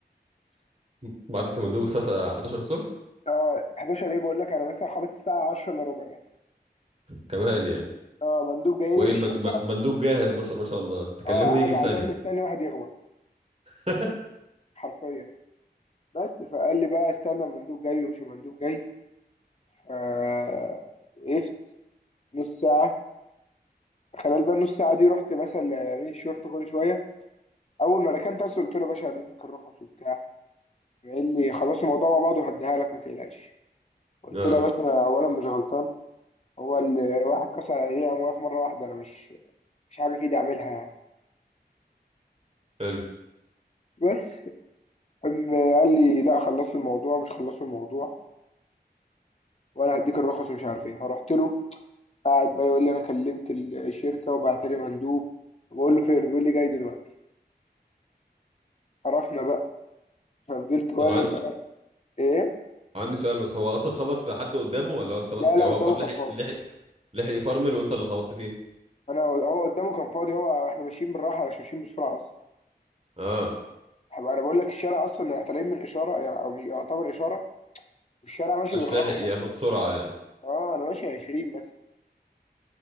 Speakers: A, on the right; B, on the left.
A: <laughs> بعت لك المندوب الساعه 11 الصبح
B: اه 11 ايه بقول لك انا مثلا خبط الساعة 10 الا ربع مثلا
A: كمان يعني
B: اه مندوب جاي
A: وايه
B: لي من الشركة
A: الم- الم- المندوب جاهز ما شاء ما شاء الله تكلمه
B: اه قاعد
A: يجي
B: على
A: في ثانيه
B: الباب مستني واحد يخبط
A: <laughs>
B: حرفيا بس فقال لي بقى استنى المندوب جاي ومش المندوب جاي آه وقفت نص ساعة خلال بقى النص ساعة دي رحت مثلا لأمين الشرطة كل شوية أول ما ركنت أصل قلت له يا باشا عايز إذنك الرخص وبتاع قال لي خلاص الموضوع مع بعض وهديها لك ما تقلقش قلت
A: اه
B: له يا باشا انا اولا مش غلطان هو اللي واحد كسر عليا قام واقف مره واحده انا مش مش حاجه في ايدي اعملها يعني
A: حلو
B: بس قام قال لي لا خلصوا الموضوع مش خلصوا الموضوع وانا هديك الرخص ومش عارف ايه فرحت له قاعد بقى يقول لي انا كلمت الشركه وبعت لي مندوب بقول له فين بيقول لي جاي دلوقتي عرفنا بقى ففضلت واقف
A: طب عن...
B: ايه
A: عندي سؤال بس هو اصلا خبط في حد قدامه ولا هو انت بس
B: لا لا
A: هو
B: قدامه
A: فر لحق
B: كان فاضي
A: لحق لحق يفرمل وانت اللي خبطت فيه
B: انا هو قدامه كان فاضي هو احنا ماشيين بالراحه مش ماشيين بسرعه اصلا
A: اه
B: هبقى انا بقول لك الشارع اصلا طالعين من اشاره او يعتبر اشاره والشارع ماشي
A: محدش
B: بالراحه
A: لحق ياخد سرعه يعني
B: اه انا ماشي 20 مثلا